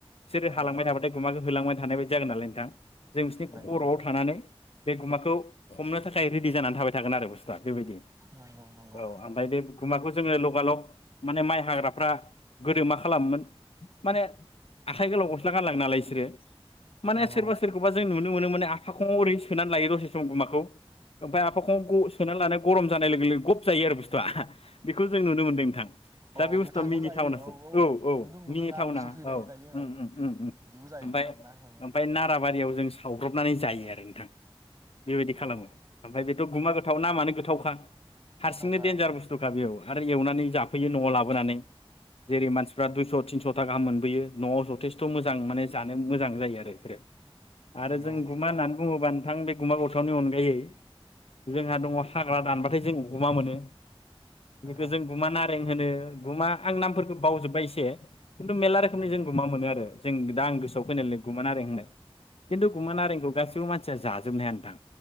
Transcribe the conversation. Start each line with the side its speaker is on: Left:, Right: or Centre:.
Left: सोर
Right: औ
Left: हालांबाय थाबाथाय गुमाखो होलांबाय थानाय बादि जागोन नालाय नोंथां। जों बिसिनि
Right: नंगौ
Left: खर'आव थानानै बे गुमाखौ हमनो थाखाय रेडि जानानै थाबाय थागोन आरो बुसथुआ। बेबायदि
Right: नंगौ नंगौ
Left: औ ओमफाय बे गुमाखौ जोङो लगालग माने माइ हाग्राफ्रा गोदो मा खालामोमोन माने आखाइ गोलाव गस्ला गानलाङो नालाय इसोरो <inaudible> माने
Right: नंगौ
Left: सोरबा सोरखौबा जों नुनो मोनो माने आफाखङाव ओरै सोनानै लायो दसे सम गुमाखौ ओमफ्राय आफाखङाव ग सोनानै लाना गरम जानाय लोगो लोगो गब जायो आरो बुस्थुआ बेखौ जों नुनो मोनदों नोंथां
Right: औ
Left: दा बे
Right: गोथांबो
Left: बुस्थुआ मिनिथावनासो
Right: जायो औ औ नुदों नुदों
Left: मिनिथावना
Right: आं गोसोआव फैबाय दायो
Left: उम
Right: औ बिदिबो
Left: उम उम उम
Right: जायोमोन
Left: ओमफ्राय
Right: आरोना औ
Left: ओमफ्राय नाराबारियाव जों सावब्रनानै जायो आरो नोंथां बेबायदि
Right: नंगौ
Left: खालामो आमफाय बेथ' गुमा गोथाव नामआनो गोथावखा हारसिंनो
Right: गोथावखा
Left: देनजार
Right: औ
Left: बुस्थुखा बेयाव आरो एवनानै जायो न'आव लाबोनानै जेरै मानसिफ्रा दुइस' थिनस'था गाहाम मोनबोयो न'आव जथेस्थ' मोजां माने जानो मोजां जायो आरो बेफोरो आरो
Right: नंगौ
Left: जों गुमा होननानै बुङोबा नोंथां बे गुमा गो थावनि अनगायै जोंहा दङ हाग्रा दानबाथाय जों गुमा मोनो
Right: नंगौ
Left: बेखौ जों गुमा नारें होनो गुमा आं नामफोरखौ बावजोबबाय इसे खिन्थु मेरला रोखोमनि
Right: नंगौ
Left: जों गुमा मोनो आरो जों दा आं गोसोआव
Right: औ
Left: फैनाय गुमा नारें होननाय खिन्थु गुमा
Right: नंगौ
Left: नारेंखौ गासिबो मानसि सिया जाजोबनो हाया नोंथां